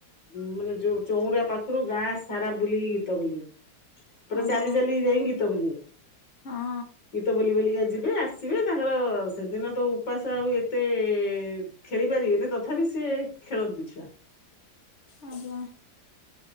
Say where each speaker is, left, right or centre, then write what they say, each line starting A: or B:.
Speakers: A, on the left; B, on the left.
A: ମାନେ ଯୋଉ ଚଉରା ପାଖ ରୁ ଗାଁ ସାରା ବୁଲିକି ଗୀତ ବୋଲିବୁ। ପୁରା
B: ଓହୋ
A: ଚାଲି ଚାଲି ଯାଇଁ ଗୀତ ବୋଲିବୁ।
B: ହଁ
A: ଗୀତ ବୋଲି ବୋଲିକା ଯିବେ ଆସିବେ, ତାଙ୍କର ସେଦିନ ତ ଉପାସ ଆଉ ଏତେ ଖେଳି ପାରିବେନି ତଥାପି ସିଏ ଖେଳନ୍ତି ଛୁଆ।
B: ଆଜ୍ଞା।